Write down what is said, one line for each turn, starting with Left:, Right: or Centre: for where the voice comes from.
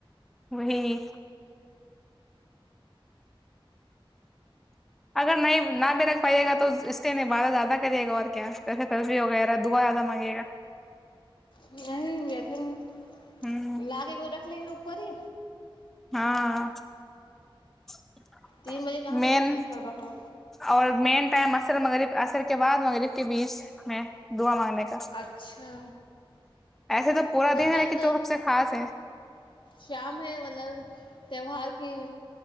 Centre: وہی اگر نہیں نہ بھی رکھ پائیے گا تو اس لی نبدہ زیادہ کریے گا اور کیا جیسے ترفی وغیرہ دعا زیادہ آمگ
Left: نہیں دیں گ
Centre: ہوں
Left: لا کے کوئی ر لے گ اوپر ہی
Centre: ہاں <inaudible>
Left: تین بجے کہاں
Centre: مین
Left: بھی کھائیں کھڑبا کھڑا
Centre: اور مین ٹائم آصر مغ عصر کے بعد مغرب کے بیچ میں دعا مانگنے کا
Left: اچھا
Centre: ایسے پورا
Left: تو
Centre: دن
Left: کل
Centre: ہے لیکن
Left: تو
Centre: جو سب سے خاص ہے
Left: شام ہے مطلب تیوار کی